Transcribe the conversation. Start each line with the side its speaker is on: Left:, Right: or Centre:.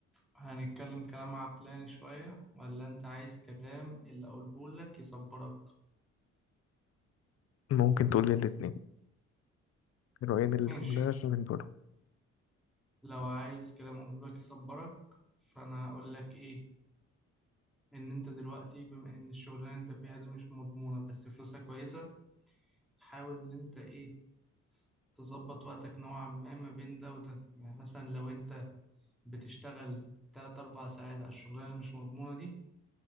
Centre: هنتكلم كلام عقلاني شوية ولا انت عايز كلام اللي اقوله لك يصبرك
Left: ممكن تقول لي الاثنين الرأيين اللي
Centre: ماشي
Left: في دماغك من دول
Centre: لو عايز كلام قلبك يصبرك فانا هقول لك ايه ان انت دلوقتي بما ان الشغلانه اللي انت فيها دي مش مضمونه بس فلوسها كويسه حاول ان انت ايه تظبط وقتك نوعا ما ما بين ده وده يعني مثلا لو انت بتشتغل 3 4 ساعات على الشغلانه اللي مش مضمونه دي